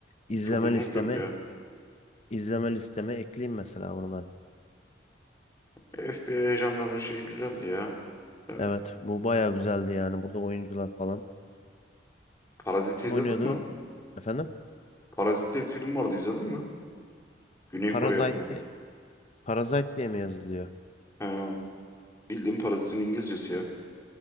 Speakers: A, on the left; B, on the left.
A: izleme
B: Çok uzun
A: listeme
B: sürdü ya.
A: izleme listeme ekleyeyim mesela bunu ben.
B: FBI ajanlarının şeyi güzeldi ya. Ben
A: Evet bu bayağı güzeldi yani. Burada oyuncular falan.
B: Parazit'i
A: Kim
B: izledin
A: oynuyordu?
B: mi?
A: Efendim?
B: Parazit diye bir film vardı izledin mi? Güney
A: Parasite
B: Kore yapımı.
A: diye, Parasite diye mi yazılıyor?
B: He. Bildiğim parazitin İngilizcesi ya.